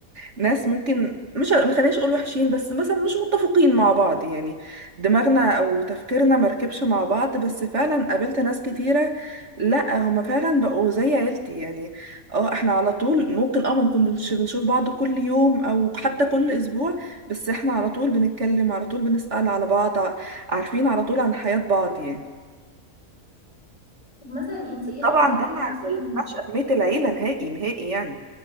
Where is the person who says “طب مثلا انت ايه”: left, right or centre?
Left